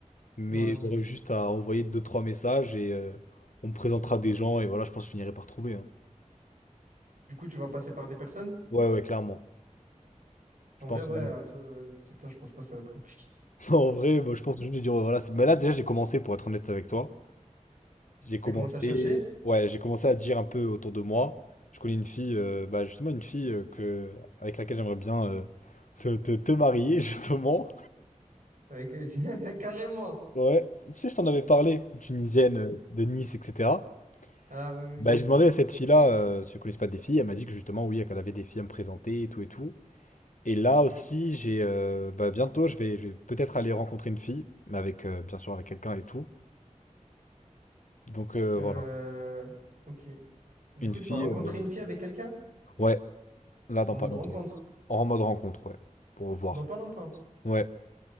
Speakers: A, on the left; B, on the right.
A: mais
B: ouais.
A: j'aurais juste à envoyer deux, trois messages et euh, on me présentera des gens et voilà, je pense que je finirai par trouver. hein.
B: Du coup, tu vas passer par des personnes?
A: Ouais, ouais, clairement. Je
B: En
A: pense
B: vrai, ouais,
A: vraiment.
B: euh, toi, toi, toi, je pense pas que ça va être compliqué.
A: <laughs> En vrai, moi, je pense juste de dire, ouais, voilà, c'est- mais là déjà j'ai commencé, pour être honnête avec toi, j'ai commencé,
B: T'as commencé à chercher?
A: ouais, j'ai commencé à dire un peu autour de moi. Je connais une fille, euh, bah, justement une fille euh, que... avec laquelle j'aimerais bien euh, te, te, te marier, <laughs> justement.
B: Avec... <laughs> Carrément.
A: Ouais, tu sais, je t'en avais parlé, tunisienne euh, de Nice, etc.
B: Ah oui, oui.
A: Bah, j'ai demandé à cette fille-là euh, si elle connaissait pas des filles. Elle m'a dit que justement, oui, qu'elle avait des filles à me présenter et tout et tout. Et là aussi, j'ai euh, bah, bientôt, je vais, je vais peut-être aller rencontrer une fille, mais avec euh, bien sûr avec quelqu'un et tout. Donc euh,
B: Euh,
A: voilà,
B: ok. Du
A: une
B: coup,
A: fille.
B: tu vas rencontrer
A: euh,
B: une fille avec quelqu'un
A: ouais, là dans
B: en mode
A: pas longtemps.
B: rencontre
A: En mode rencontre, ouais, pour voir.
B: dans pas longtemps.
A: Ouais,